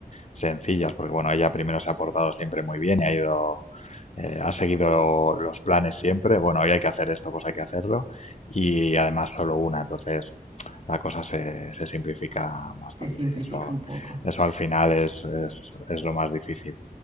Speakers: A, on the left (about 45°); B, on the right (about 40°).
A: sencillas, porque bueno, ella primero se ha portado siempre muy bien y ha ido, eh, ha seguido los planes siempre. Bueno, hoy hay que hacer esto, pues hay que hacerlo. Y además, solo una. Entonces la cosa se, se simplifica bastante.
B: Se simplifica
A: Eso,
B: un poco.
A: eso al final es, es, es lo más difícil,